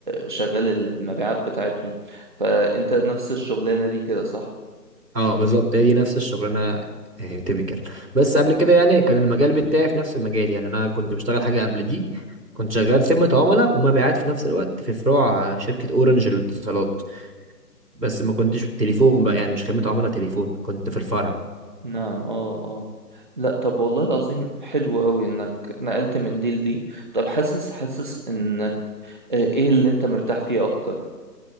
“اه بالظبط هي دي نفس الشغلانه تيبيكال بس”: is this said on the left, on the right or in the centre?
Right